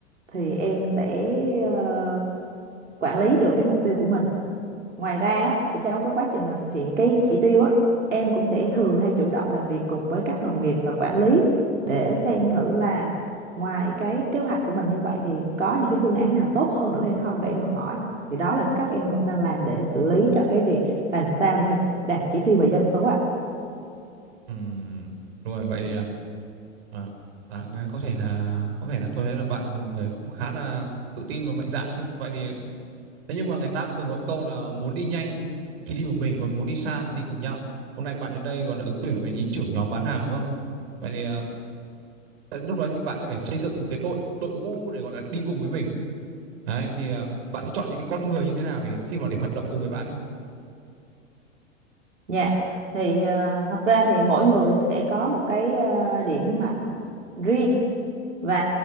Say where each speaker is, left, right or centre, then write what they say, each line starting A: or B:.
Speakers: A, on the right (about 75°); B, on the right (about 55°).
A: thì em sẽ ờ, quản lý được cái mục tiêu của mình Ngoài ra á, thì trong cái quá trình mà thực hiện cái chỉ tiêu á, em cũng sẽ thường hay chủ động làm việc cùng với các đồng nghiệp và quản lý để xem thử là ngoài cái kế hoạch của mình như vậy thì có những cái phương án nào tốt hơn nữa hay không để em học hỏi. Thì đó là cái cách em vẫn đang làm để xử lý cho cái việc làm sao để được đạt chỉ tiêu về doanh số ạ.
B: Ừm, đúng rồi, vậy thì à, à, bạn có thể là có vẻ là tôi thấy là bạn là một người cũng khá là tự tin và mạnh dạn đấy chứ. Vậy thì thế nhưng mà người ta thường có câu là muốn đi nhanh thì đi một mình, còn muốn đi xa thì đi cùng nhau. Hôm nay bạn đến đây còn là ứng tuyển với gì trưởng nhóm bán hàng đúng không? Vậy thì à, Đến lúc đó thì bạn sẽ phải xây dựng một cái đội đội ngũ để gọi là đi cùng với mình đấy thì à, bạn sẽ chọn những cái con người như thế nào để khi mà để hoạt động cùng với bạn ấy
A: Dạ. Thì ờ, thật ra thì mỗi người sẽ có một cái ờ, điểm mạnh riêng và